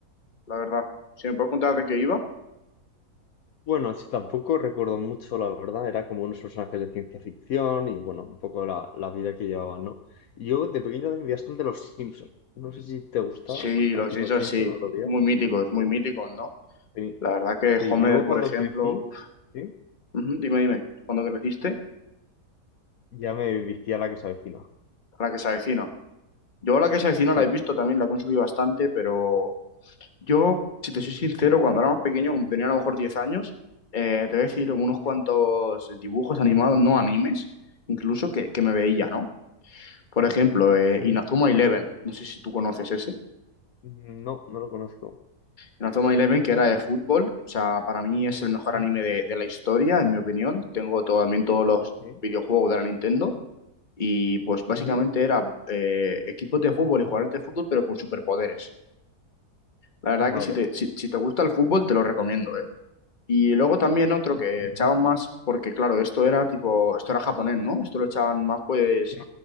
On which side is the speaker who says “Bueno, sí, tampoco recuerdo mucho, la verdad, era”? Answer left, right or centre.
Left